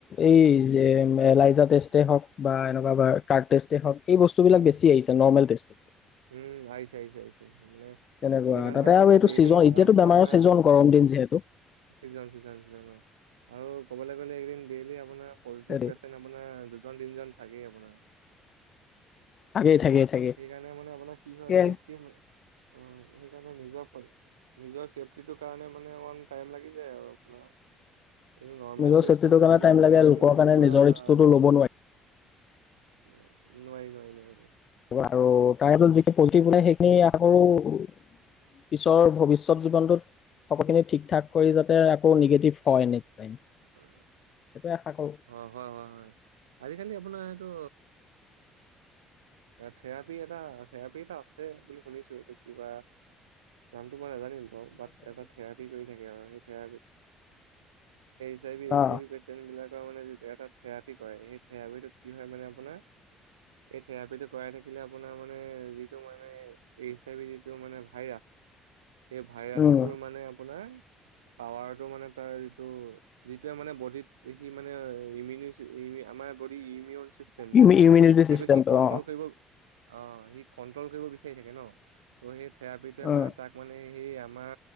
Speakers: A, on the left; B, on the right.
A: এই যে এলাইজা টেষ্টে হওক বা এনেকুৱা কাৰ্ট টেষ্টে হওক এই বস্তুবিলাক
B: উম
A: বেছি আহিছে নৰ্মেল টেষ্ট
B: উম আহিছে আহিছে আহছে মানে
A: তেনেকুৱা
B: যিমান
A: তাতে
B: পাইছো
A: আৰু
B: মানে
A: এইটো
B: ডেইলিত
A: ছিজন এতিয়াতো
B: আপোনাৰ
A: বেমাৰৰ ছিজন গৰম দিন যিহেতু
B: চিকজন শিজন চিজন আৰু ক'বলৈ গ'লে একদিন ডেইলি আপোনাৰ পজিটিভ
A: হেৰি
B: পেচেণ্ট আপোনাৰ দুজন তিনিজন থাকেই আপোনাৰ
A: থাকেই থাকেই থাকেই
B: সেইকাৰণে মানে আপোনাৰ কি হয়
A: সেয়াই
B: চেফটি অ সেইকাৰণে নিজৰ নিজৰ চেফটিটোৰ কাৰণে মানে অকমান টাইম লাগি যায় আৰু আপোনাৰ এই নৰ্মেল
A: নিজৰ
B: ড্ৰেছটো
A: চেফটিটোৰ
B: কৰিবলে
A: কাৰণে টাইম
B: গলে
A: লাগে
B: আপুনি
A: লোকৰ
B: যেনিবা
A: কাৰণে নিজৰ
B: নোৱাই
A: ৰিক্সটোতো ল'ব নোৱাৰি
B: নোৱাই নোৱাই নোৱাই
A: আৰু তাৰত যি পলট্ৰি বনাই সেইখিনি আকৌ পিছৰ ভৱিষ্যত জীৱনটোত সকলখিনি ঠিক ঠাক কৰি যাতে আকৌ নিগেটিভ হয় নেক্স টাইম
B: উম
A: সেইটোৱে আশা কৰো
B: অ হয় হয় হয় আজিকালি আপোনাৰ এইটো থেৰাপি এটা থেৰাপি এটা আছে বুলি শুনিছো এইটো কিবা নামটো নাজানিম বাৰ ব এটা থেৰাপি কৰি থাকে আৰু সেই থেৰা স এ আই বি
A: অ
B: এ চি বি পেচেণ্ট বিলাকৰ মানে এটা থেৰাপি কৰে সেই থেৰাপিটোত কি হয় মানে আপোনাৰ এই থেৰাপি কৰাই থে আপোনাৰ মানে যিটো মানে যি ভ এইেই ভাইৰাছটোৰ
A: উম
B: মানে আপোনাৰ পাৱাৰটো মানে তাৰ যিটো যিটোৱে মানে বডিত সি মানে ইমিউনি আমাৰ বডি ইমিউন সেইটো
A: ইমি ইমিউনিটি চিষ্টেমটো
B: সি ক্ৰল
A: অ
B: কৰিব অ সি কণ্ট্ৰল কৰিব বিচাৰি থাকে ন চ' সেই থেৰাপি টোৱে মানে
A: উম
B: তাক মানে এই আমাৰ